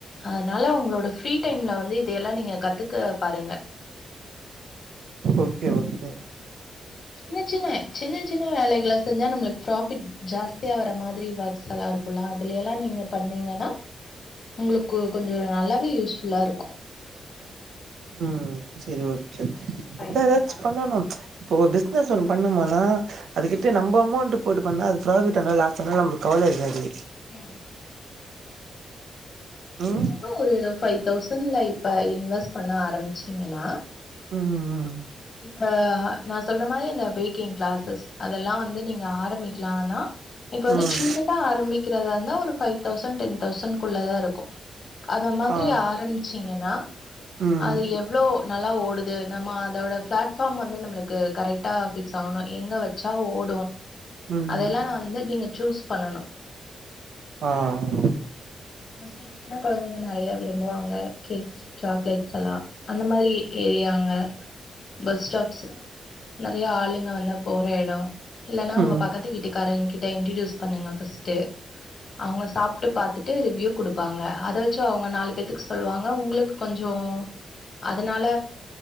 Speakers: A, on the left; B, on the right.
A: அதனால உங்களோட ஃப்ரீ டைம்ல வந் ந்து இதயெல்லா நீங்க கத்துக்க பாருங்க
B: ஓகே ஓகே
A: சின்ன சின்ன சின்ன சின்ன வேலைகள செஞ்சா நம்மளுக்கு ப்ராஃபிட் ஜாஸ்தியா வர மாதிரி ஒர்க்ஸலா இருக்குல்ல அது லயெல்லா நீங்க பண்ணீங்கன்னா உங்குளுக்கு கொஞ்சோ நல்லாவே யூஸ்ஃபுல்லா இருக்கு
B: ம் சேரி ஓகே
A: ட்ரை
B: அதா
A: பண்ணி
B: எதாச்சு
A: பாருங்க
B: பண்ணனு இப்போ பிசினஸ் ஒண்ணு பண்ணுமானா அதுக்கிட்ட
A: ம்
B: நம்ப அமௌண்ட்டு போட்டு பண்ணா அது ப்ராஃபிட் ஆனா லாஸ் ஆனா நம்மளுக்கு கவல இருக்காது
A: ம் கொஞ்சமா
B: ம்
A: ஒரு ஃபைவ் தௌசண்ட்ல இப்ப இன்வஸ் பண்ண ஆரம்பிச்சீங்கன்னா
B: ம் ம்
A: இப்ப நா சொல்ற மாரி இந்த பேக்கிங் கிளாஸஸ் அதல்லா வந்து நீங்க ஆரம்பிக்லானா இப்ப வந்து
B: ம்
A: சின்னதா ஆரம்பிக்கறதா இருந்தா ஒரு ஃபைவ் தௌசண்ட் டென் தௌசண்ட் குள்ளதா இருக்கு அத மாதிரி
B: ஆ
A: ஆரம்பிச்சீங்கன்னா
B: ம்
A: அது எவ்ளோ நல்லா ஓடுது நம்ம அதோட பிளாட்ஃபார்ம் வந்து நம்மளுக்கு கரெக்டா ஃபிக்ஸ் ஆவனு எங்க வெச்சா ஓடு
B: ம்
A: அதெல்லா நா வந்து நீங்க சூஸ் பண்ணனு
B: அஹ் ஆமா
A: மோஸ்ட்லி சின்ன கொழந்தைங்க நெறைய விரும்புவாங்க கேக்ஸ் சாக்லேட்ஸ்ல்லா அந்த மாரி ஏரியாங்க பஸ் ஸ்டாப்ஸ் நெறைய ஆளுங்க வந்தா போற எடோ இல்லன்னா
B: ம்
A: உங்க பக்கத்து வீட்டுக்காரங்க கிட்ட இன்ட்ரொடியுஸ் பண்ணுங்க ஃபஸ்ட்டு அவுங்க சாப்ட்டு பாத்து ட்டு ரிவ்யூ குடுப்பாங்க அத வெச்சு அவுங்க நாலு பேத்துக்கு சொல்லுவாங்க உங்களுக்கு கொஞ்சோ அதனால